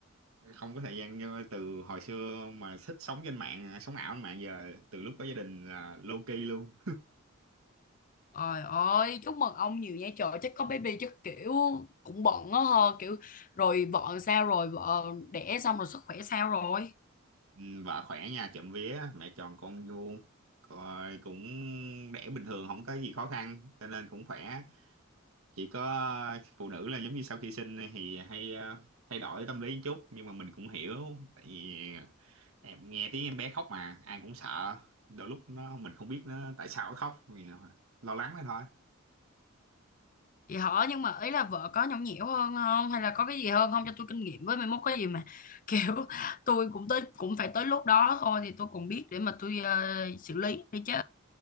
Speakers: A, on the right; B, on the left.
A: không có thời gian như từ hồi xưa mà thích sống trên mạng sống ảo trên mạng giờ từ lúc có gia đình là low key luôn
B: Trời ơi, chúc mừng ông nhiều nha trời chắc có baby chắc kiểu cũng bận á hờ kiểu rồi vợ sao rồi vợ đẻ xong rồi sức khỏe sao rồi
A: Ừ, vợ khỏe nha trộm vía mẹ tròn con vuông rồi cũng đẻ bình thường không có gì khó khăn cho nên cũng khỏe chỉ có phụ nữ là giống như sau khi sinh thì hay ờ, thay đổi tâm lý một chút nhưng mà mình cũng hiểu tại vì em nghe tiếng em bé khóc mà ai cũng sợ đôi lúc nó mình không biết nó tại sao nó khóc vì lo lắng đó thôi
B: Vậy hả? Nhưng mà ý là vợ có nhõng nhẽo hơn không? Hay là có cái gì hơn không cho tôi kinh nghiệm với mai mốt có gì mà <laughs> kiểu tôi cũng tới cũng phải tới lúc đó thôi thì tôi còn biết để mà tôi ờ, xử lý đi chứ